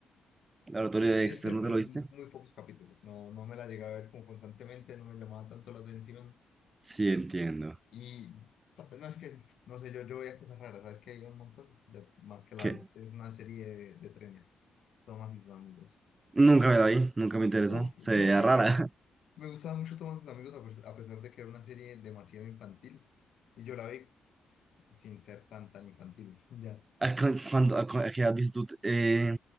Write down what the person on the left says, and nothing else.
Dexter
me
vi
muy pocos capítulos, no, no me la llegué a ver como constantemente, no me llamaba tanto la atención
y ¿sabes? no es que, no sé, yo, yo veía cosas raras, sabes que hay un montón de más que la
viste, es una serie de, de trenes, Thomas y sus amigos.
Uf,
yo,
yo
me, me gustaba mucho Thomas y sus amigos a, pes- a pesar de que era una serie demasiado infantil y yo la vi s- sin ser tan tan infantil, ya